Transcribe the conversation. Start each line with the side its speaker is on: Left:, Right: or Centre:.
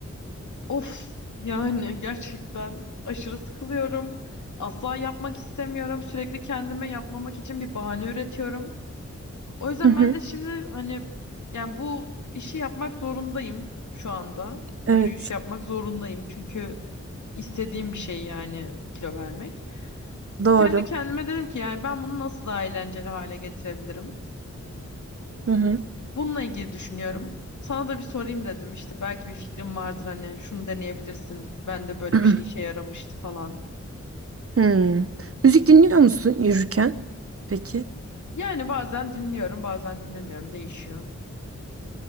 Left: Of yani gerçekten aşırı sıkılıyorum. Asla yapmak istemiyorum. Sürekli kendime yapmamak için bir bahane üretiyorum. O yüzden
Right: Hı hı.
Left: ben de şimdi hani yani bu işi yapmak zorundayım şu anda.
Right: Evet.
Left: Yürüyüş yapmak zorundayım çünkü istediğim bir şey yani kilo vermek.
Right: Doğru.
Left: Kendi kendime dedim ki yani ben bunu nasıl daha eğlenceli hale getirebilirim?
Right: Hı hı.
Left: Bununla ilgili düşünüyorum. Sana da bir sorayım dedim işte belki bir fikrim vardır hani şunu deneyebilirsin. Ben de böyle
Right: <clears throat>
Left: bir şey işe yaramıştı falan.
Right: Hmm. Müzik dinliyor musun yürürken? Peki.
Left: Yani bazen dinliyorum bazen dinlemiyorum değişiyor.